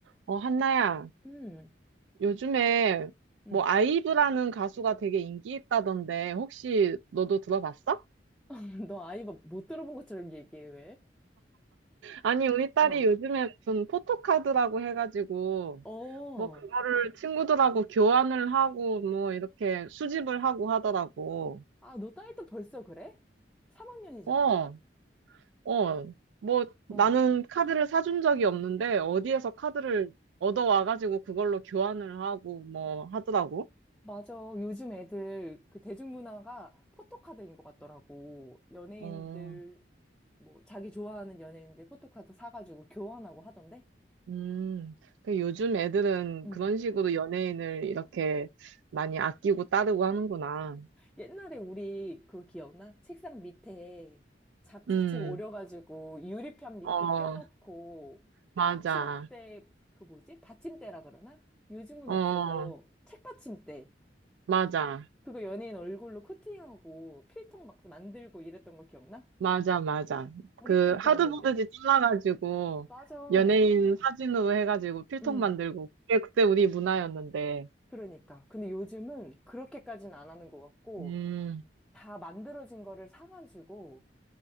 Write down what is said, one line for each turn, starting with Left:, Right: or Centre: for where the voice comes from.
Right: 어, 한나야,
Centre: 음,
Right: 요즘에
Centre: 음.
Right: 뭐 아이브라는 가수가 되게 인기 있다던데 혹시 너도 들어봤어?
Centre: <laughs> 너 아이 봐- 못 들어본 것처럼 얘기해, 왜?
Right: 아니, 우리 딸이
Centre: 어,
Right: 요즘에 무슨 포토카드라고 해가지고
Centre: 어.
Right: 뭐 그거를 친구들하고 교환을 하고 뭐 이렇게 수집을 하고 하더라고.
Centre: 아, 너 딸도 벌써 그래? 3학년이잖아.
Right: 어, 어. 뭐 나는
Centre: 어.
Right: 카드를 사준 적이 없는데 어디에서 카드를 얻어와가지고 그걸로 교환을 하고 뭐 하더라고.
Centre: 맞아. 요즘 애들 그 대중문화가 포토카드인 것 같더라고. 연예인들,
Right: 어.
Centre: 뭐, 자기 좋아하는 연예인들 포토카드 사가지고 교환하고 하던데?
Right: 음, 그 요즘 애들은
Centre: 응.
Right: 그런 식으로 연예인을 이렇게 많이 아끼고 따르고 하는구나.
Centre: 옛날에 우리 그거 기억나? 책상 밑에 잡지책
Right: 음,
Centre: 오려가지고 유리판 밑에
Right: 어,
Centre: 껴놓고
Right: 맞아.
Centre: 받침대, 그 뭐지? 받침대라 그러나? 요즘은
Right: 어,
Centre: 없어서 책받침대.
Right: 맞아.
Centre: 그거 연예인 얼굴로 코팅하고 필통 막 만들고 이랬던 거 기억나?
Right: 맞아, 맞아.
Centre: 우리
Right: 그
Centre: 땐 그랬는데.
Right: 하드보드지 잘라가지고
Centre: 맞아.
Right: 연예인 사진으로 해가지고 필통
Centre: 응.
Right: 만들고 그게 그때 우리 문화였는데.
Centre: 그러니까. 근데 요즘은 그렇게까지는 안 하는 것 같고
Right: 음,
Centre: 다 만들어진 거를 사가지고